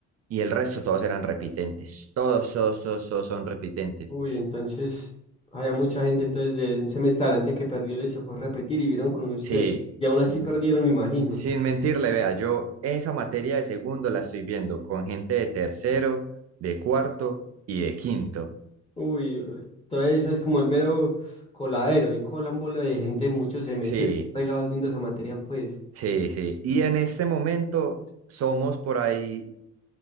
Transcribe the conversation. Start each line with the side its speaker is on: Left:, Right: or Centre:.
Right: Y el resto todos eran repitentes, todos, todos, todos, todos son repitentes.
Left: Uy, entonces había mucha gente entonces de un semestre adelante que perdió, les tocó repetir y vieron con usted.
Right: Sí,
Left: Y aún así perdieron,
Right: s-
Left: me imagino.
Right: sin mentirle, vea, yo esa materia de segundo la estoy viendo con gente de tercero, de cuarto y de quinto.
Left: Uy, eh, todo eso es como el mero coladero y colan bola de gente de muchos semestres
Right: Sí,
Left: regados viendo esa materia, pues.
Right: sí, sí. Y en este momento somos por ahí